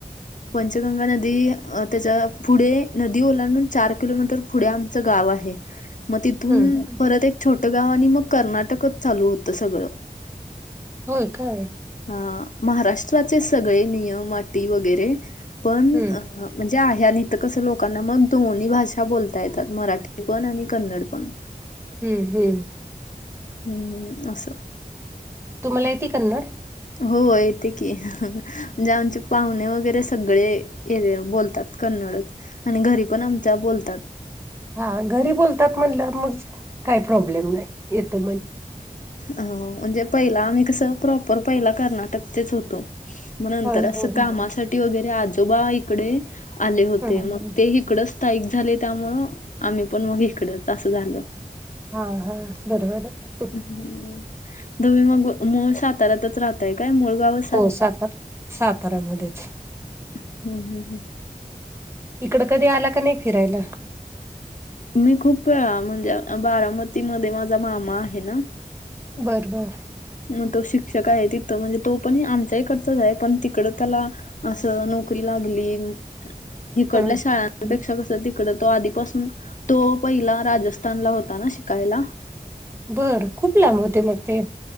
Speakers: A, on the left; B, on the right.
A: पंचगंगा नदी त्याच्या पुढे नदी ओलांडून चार किलोमीटर पुढे आम चं गाव आहे मग तिथून
B: हम्म.
A: परत एक छोटं गाव आणि मग कर्नाटकच चालू होतं सगळं
B: होय काय?
A: ह महाराष्ट्राचेच सगळे नियम अटी वगैरे पण
B: हम्म
A: म्हणजे आहे आणि इथं कसं लोकांना मग दोन्ही भाषा बोलता येतात मराठी पण आणि कन्नड पण
B: हम्म हम्म
A: हम्म असं
B: तुम्हाला येती कन्नड
A: हो येते की म्हणजे आमचे पाहुणे वगैरे सगळे हे बोलतात कन्नडच आणि घरी पण आमच्या बोलतात
B: हा घरी बोलतात म्हणल्यावर मग काय प्रॉब्लेम नाही येतो
A: अ म्हणजे पहिला आम्ही कसं प्रॉपर पहिला कर्नाटकचेच होतो मग नंतर
B: हो
A: असं
B: हो हो.
A: कामासाठी वगैरे आजोबा इकडे आले होते
B: हम्म
A: मग ते इकडंच स्थायिक झाले त्यामुळं आम्ही पण मग इकडच असं झालं
B: हा हा बरोबर आहे
A: हम्म तुम्ही मग मूळ साताऱ्यातच राहताय काय मूळ गाव
B: हो सातार साताऱ्यामध्येच.
A: हम् हम् हम्.
B: इकडं कधी आला का नाय फिरायला?
A: मी खूप वेळा म्हणजे बारामतीमध्ये माझा मामा आहे ना.
B: बर बर.
A: म तो शिक्षक आहे तिथं म्हणजे तो पण आमच्या हीकडचाच हाय पण तिकड त्याला असं नोकरी लागली हिकडल्या
B: हम्म.
A: शाळा पेक्षा कसं तिकडं तो आधीपासून तो पहिला राजस्थानला होता ना शिकायला.
B: बर खूप लांब होते मग ते.